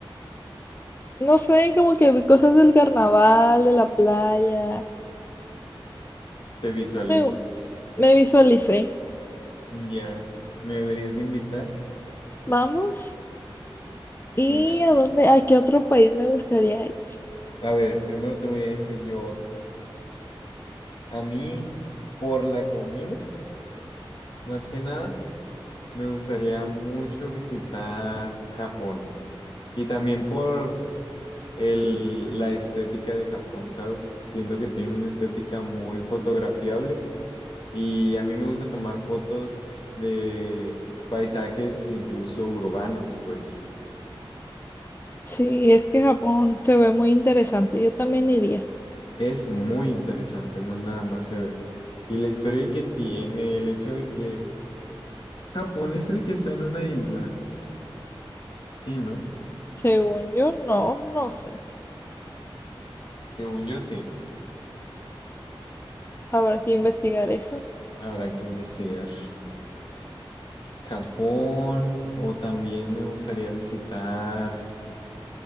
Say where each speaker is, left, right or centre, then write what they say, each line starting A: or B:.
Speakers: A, on the left; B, on the left.
A: No sé, como que vi cosas del carnaval, de la playa.
B: ¿Te visualizas?
A: Me, gu- me visualicé.
B: Ya. ¿Me deberías de invitar?
A: Vamos.
B: Nah.
A: ¿Y a dónde, a qué otro país me gustaría ir?
B: A ver, primero te voy a decir yo otro. A mí, por la comida, más que nada, me gustaría mucho visitar Japón. Y también por el, la estética de Japón, ¿sabes? Siento que tiene una estética muy fotografiable. Y a mí me gusta tomar fotos de paisajes incluso urbanos, pues
A: Sí, es que Japón se ve muy interesante. Yo también iría.
B: es muy interesante, no nada más se ve. Y la historia que tiene, el hecho de que... Japón es el que está en una isla. Sí, ¿no?
A: Según yo, no, no sé.
B: Según yo sí,
A: Habrá que investigar eso.
B: habrá que investigar. Japón o también me gustaría visitar